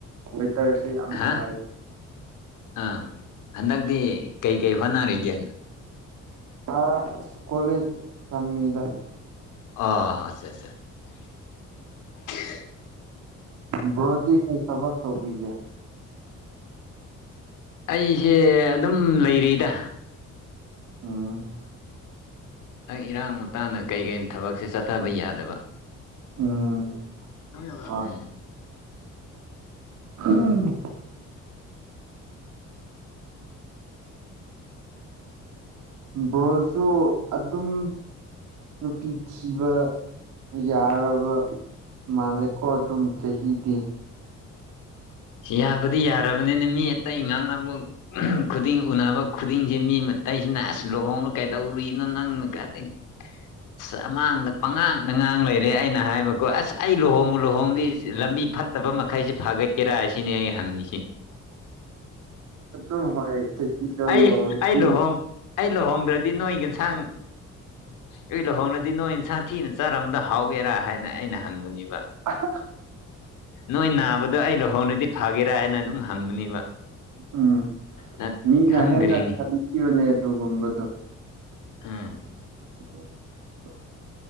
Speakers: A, on the right (about 75°); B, on the left (about 90°).
A: ꯋꯦꯗꯔꯁꯦ ꯌꯥꯝ
B: ꯍꯥ
A: ꯁꯥꯏ
B: ꯑꯥ ꯍꯟꯗꯛꯇꯤ ꯀꯩ ꯀꯩ ꯍꯣꯠꯅꯔꯤꯒꯦ
A: ꯑꯁ ꯀꯣꯂꯦꯖ ꯇꯝꯃꯤꯗ
B: ꯑꯣ ꯑꯆꯥ <unintelligible>
A: ꯕ꯭ꯔꯣꯗꯤ ꯀꯩ ꯊꯕꯛ ꯇꯧꯕꯤꯒꯦ
B: ꯑꯩꯁꯦ ꯑꯗꯨꯝ ꯂꯩꯔꯤꯗ
A: ꯎꯝ
B: ꯑꯩꯪ ꯏꯔꯥꯡ ꯃꯇꯇꯥꯅ ꯀꯩ ꯀꯩ ꯊꯕꯛꯁꯦ ꯆꯠꯊꯕ ꯌꯥꯗꯕ
A: ꯎꯝ
B: <unintelligible>
A: ꯍꯣꯏ ꯑꯥ <unintelligible> ꯕ꯭ꯔꯣꯁꯨ ꯑꯗꯨꯝ ꯅꯨꯄꯤ ꯊꯤꯕ ꯌꯥꯔꯕ ꯃꯥꯂꯦꯀꯣ ꯑꯗꯨꯝ ꯆꯍꯤꯗꯤ
B: ꯌꯥꯕꯗꯤ ꯌꯥꯔꯕꯅꯤꯅ ꯃꯤ ꯑꯇꯩ ꯉꯥꯡꯅꯕꯨꯛ ꯈꯨꯗꯤꯡ ꯎꯅꯕ ꯈꯨꯗꯤꯡꯖꯦ ꯃꯤ ꯃꯇꯩꯏꯁꯤꯅ ꯑꯁ ꯂꯨꯍꯣꯡꯅ ꯀꯩꯗꯧꯔꯤꯅꯣ ꯅꯪꯅ ꯀꯥꯟꯅꯩ
A: <inaudible>
B: ꯑ ꯑꯃꯥꯡꯗ ꯄꯉꯥꯡ ꯅ ꯉꯥꯡ ꯂꯩꯔꯦ ꯑꯩꯅ ꯍꯥꯏꯕꯀꯣ ꯑꯁ ꯑꯩ ꯂꯨꯍꯣꯡꯉꯨ ꯂꯨꯍꯣꯡꯗꯤ ꯂꯝꯕꯤ ꯐꯠꯇꯕ ꯃꯈꯩꯁꯦ ꯐꯥꯒꯠꯀ ꯀꯦꯔꯥ ꯑꯁꯤꯅꯦ ꯑꯩ ꯍꯪꯉꯁꯤ
A: ꯑꯗꯨꯝ ꯍꯣꯏ ꯆꯍꯤꯗꯣ
B: ꯑꯩ
A: ꯌꯧꯔꯗꯤ
B: ꯑꯩ ꯂꯨꯍꯣꯡ ꯑꯩ ꯂꯨꯍꯣꯡꯗ꯭ꯔꯗꯤ ꯅꯣꯏ ꯌꯦꯟꯁꯥꯡ ꯑꯩ ꯂꯨꯍꯣꯡꯅꯗꯤ ꯅꯣꯏ ꯏꯟꯁꯥꯡ ꯊꯤꯅ ꯆꯥꯔꯝꯝꯕꯗ ꯍꯥꯎꯒꯦꯔꯥ ꯍꯥꯏꯅ ꯑꯩꯅ ꯍꯪꯕꯅꯦꯕ
A: ꯑ <unintelligible>
B: ꯅꯣꯏ ꯅꯥꯕꯗꯣ ꯑꯩ ꯂꯨꯍꯣꯡꯅꯗꯤ ꯐꯒꯦꯔꯥ ꯍꯥꯏꯅ ꯑꯗꯨꯝ ꯍꯪꯕꯅꯦꯕ
A: ꯎꯝ
B: ꯅ
A: ꯃꯤꯅ
B: ꯈꯪꯗ꯭ꯔꯦꯅꯦ
A: ꯍꯦꯟꯅ ꯈꯟꯕꯤꯕꯅꯦ ꯑꯗꯨꯒꯨꯝꯕꯗꯣ
B: ꯎꯝ
A: <inaudible>